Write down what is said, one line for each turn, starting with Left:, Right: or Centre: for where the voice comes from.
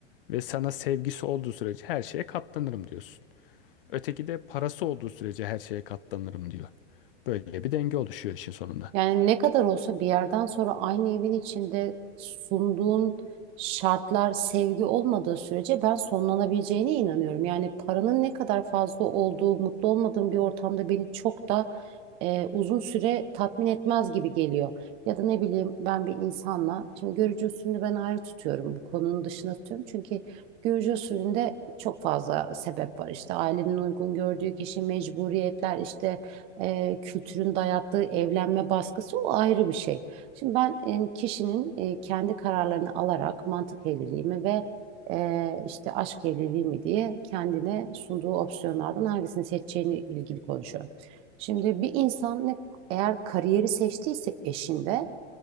Left: ve sana sevgisi olduğu sürece her şeye katlanırım diyorsun. Öteki de parası olduğu sürece her şeye katlanırım diyor. Böyle bir denge oluşuyor işin sonunda.
Right: Yani ne kadar olsa bir yerden sonra aynı evin içinde sunduğun şartlar sevgi olmadığı sürece ben sonlanabileceğine inanıyorum. Yani paranın ne kadar fazla olduğu, mutlu olmadığım bir ortamda beni çok da e, uzun süre tatmin etmez gibi geliyor. Ya da ne bileyim ben bir insanla, şimdi görücü usulünü ben ayrı tutuyorum, bu konunun dışına tutuyorum. Çünkü görücü usulünde çok fazla sebep var. İşte ailenin uygun gördüğü kişi, mecburiyetler, işte e, kültürün dayattığı evlenme baskısı o ayrı bir şey. Şimdi ben e, kişinin e, kendi kararlarını alarak mantık evliliği mi ve e, işte aşk evliliği mi diye kendine sunduğu opsiyonlardan hangisini seçeceğini ilgili konuşuyorum. Şimdi bir insan ne, eğer kariyeri seçtiyse eşinde